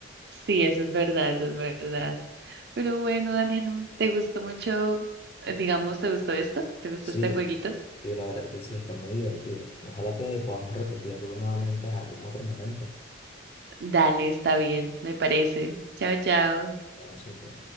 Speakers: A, on the right (about 55°); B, on the left (about 30°).
A: Sí, eso es verdad, eso es verdad. Pero bueno, Ángel, ¿te gustó mucho, eh, digamos, te gustó esto? ¿Te gustó
B: Sí,
A: este jueguito?
B: sí, la verdad que sí, está muy divertido. Ojalá que podamos repetirlo nuevamente en algún otro momento.
A: Dale, está bien, me parece. Chao, chao.
B: Vale, súper.